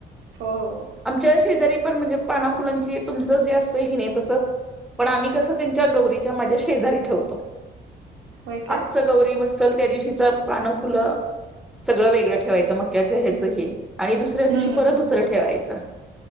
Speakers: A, on the right; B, in the centre.
A: हो, हो.
B: आमच्या शेजारी पण म्हणजे पाना फुलांची तुमचं जे असतं की नय तसंच पण आम्ही कसं त्यांच्या गौरीच्या माझ्या शेजारी ठेवतो
A: होय काय?
B: आजचं गौरी बसल त्या दिवशीच पानं फुलं सगळं वेगळं ठेवायचं मक्याच्या ह्याचं हे आणि दुसऱ्या दिवशी
A: हम्म.
B: परत दुसरं ठेवायचं.